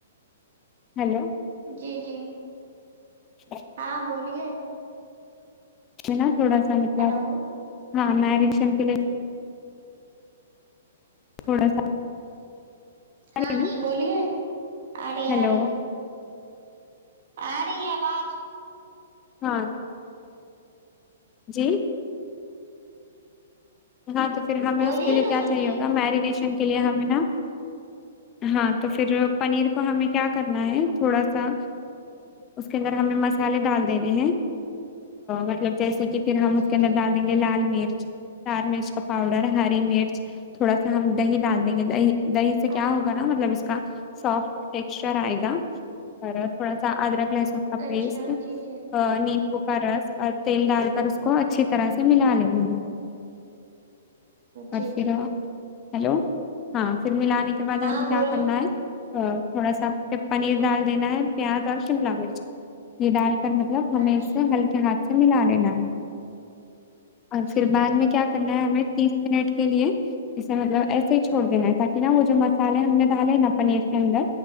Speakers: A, on the left; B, on the right.
A: ہیلو
B: جی جی
A: <inaudible>
B: ہاں بولیے
A: نا تھوڑا سا مطلب
B: ہلو
A: ہاں میرینیشن کے لیے تھوڑا سا
B: ہاں
A: نا
B: ہاں بولیے آ رہی
A: ہیلو
B: آ رہی آ رہی آواز
A: ہاں جی ہاں تو پھر ہمیں
B: بولیے
A: اس کے لیے
B: نا
A: کیا
B: سن
A: چاہیے
B: رہی
A: ہوگا
B: ہوں
A: میرینیشن لیے ہمیں نا ہاں تو پھر پنیر کو ہمیں
B: ہاں
A: کیا کرنا ہے تھوڑا سا اس کے اندر ہم نے مسالے ڈال دینے ہیں مطلب جیسے کہ پھر ہم اس
B: جی
A: کے اندر
B: جی
A: ڈال دیں گے لال مرچ لال مرچ کا پاؤڈر ہری مرچ تھوڑا سا ہم دہی ڈال دیں گے دہی دہی سے
B: ہاں
A: کیا ہوگا
B: ہاں
A: نا مطلب اس کا سافٹ ٹیکسچر آئے گا تھوڑا سا ادرک لہسن کا پیسٹ
B: اچھا جی جی
A: لمبو کا رس اور تیل ڈال کر اس کو اچھی طرح سے ملا لینا اور
B: جی
A: پھر
B: جی
A: ہیلو ہاں پھر ملانے کے بعد
B: ہاں
A: ہمیں کیا
B: بولی
A: کرنا ہے تھوڑا سا پھر پنیر
B: جی
A: ڈال دینا ہے پیاز اور شملہ مرچ یہ ڈال کر ہمیں
B: اچھا
A: اسے ہلکے ہاتھ سے ملا لینا ہے اور پھر
B: جی
A: بعد
B: جی
A: میں کیا کرنا ہے ہمیں تیس منٹ کے لیے اسے مطلب ایسے ہی چھوڑ دینا ہے تاکہ نا وہ جو مسالے ہم نے ڈالے نا پنیر کے اندر